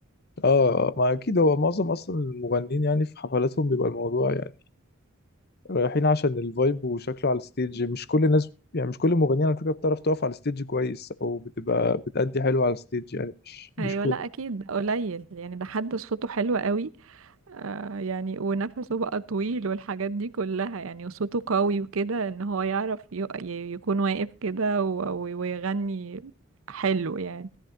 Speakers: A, on the left; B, on the right.
A: آه ما أكيد هو معظم أصلا المغنيين يعني في حفلاتهم بيبقى الموضوع يعني رايحين عشان الفايب وشكله على الستيج مش كل الناس يعني مش كل المغنيين على فكرة بتعرف تقف على الستيج كويس او بتبقى بتأدي حلو على الستيج يعني مش مش
B: ايوه
A: كل
B: لا اكيد ده قليل يعني ده حد صوته حلو قوي آه يعني ونفسه بقى طويل والحاجات دي كلها يعني وصوته قوي وكده ان هو يعرف ي- ي- يكون واقف كده و- و- ويغني حلو يعني